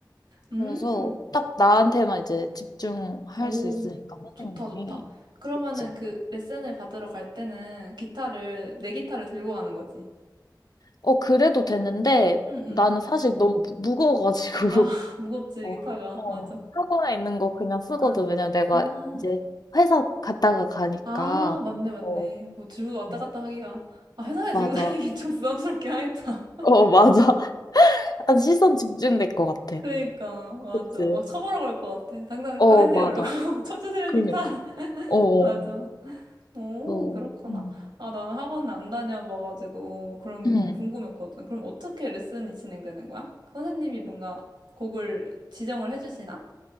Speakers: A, on the right; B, on the left.
A: 음,
B: 그래서 딱 나한테만 이제 집중할
A: 오,
B: 수 있으니까,
A: 좋다,
B: 선생님이.
A: 좋다. 그러면은
B: 그치?
A: 그 레슨을 받으러 갈 때는 기타를, 내 기타를 들고 가는 거지.
B: 어, 그래도 되는데
A: 응, 응.
B: 나는 사실 너무 무- 무거워가지고
A: 아, <laughs>
B: <laughs>
A: 무겁지,
B: 어,
A: 기타가.
B: 어,
A: 맞아.
B: 학원에 있는 거 그냥 쓰거든.
A: 아,
B: 왜냐면 내가
A: 아,
B: 이제 회사 갔다가 가니까.
A: 아, 맞네, 맞네.
B: 어.
A: 뭐 들고 왔다
B: 음,
A: 갔다 하기가. 아, 회사에
B: 맞아.
A: 들고 다니긴 좀 부담스럽긴 하겠다.
B: 어, 맞아. <laughs> 약간 시선 집중될 것 같아.
A: 그니까, 맞아.
B: 그치.
A: 막 쳐보러고할 것 같아. 당장
B: 어,
A: 끊으세요.
B: 맞아.
A: 이러고, <laughs> 쳐주세요,
B: 그러니까.
A: 기타. <laughs>
B: 어,
A: 맞아.
B: 어.
A: 오,
B: 어.
A: 그렇구나.
B: 음.
A: 아, 나는 학원을 안 다녀봐가지고, 그런 게
B: 음.
A: 좀 궁금했거든. 그럼 어떻게 레슨이 진행되는 거야? 그 선생님이 뭔가 곡을 지정을 해주시나?